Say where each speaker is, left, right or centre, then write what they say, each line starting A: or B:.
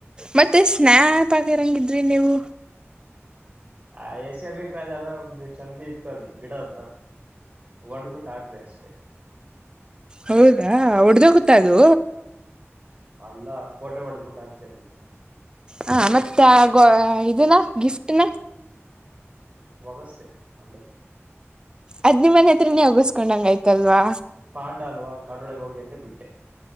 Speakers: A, on the right; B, on the right.
A: ಮತ್ತೆ ಸ್ನಾಪ್ ಹಾಕಿರಂಗ ಇದ್ರಿ ನೀವು.
B: ಆ ಎಸ್ ಎ ಬಿ ಕ್ರಾಸ ಯಾವದೋ ಒಂದು ಚಂದ ಇತ್ತು ಅಲ್ಲಿ ಗಿಡಾ ಹತ್ರಾ. ಹೊಡದ್ಬಿಟ್ಟು ಹಾಕ್ದೆ ಅಷ್ಟೇ.
A: ಹೌದಾ ಒಡ್ದೋಗುತ್ತಾ ಅದು.
B: ಅಲ್ಲಾ ಫೋಟೋ ಹೊಡೆದಬಿಟ್ಟ ಹಾಕ್ತೆ ಅಂದಿದ್ದು.
A: ಹಾ ಮತ್ಯಾ ಗೊ ಇದನಾ ಗಿಫ್ಟ್ನ.
B: ಒಗಸದೆ ಅಲ್ಲೆ.
A: ಅದ ನಿಮ್ಮ ಮನೆ ಹತ್ರ ನೀ ಒಗಿಸ್ಕೊಂಡಂಗ ಆಯ್ತಲ್ವಾ.
B: ಪಾಂಡ ಅಲ್ವಾ ಕಡೊಳಗ ಹೋಗಲಿ ಅಂತ ಬಿಟ್ಟೆ.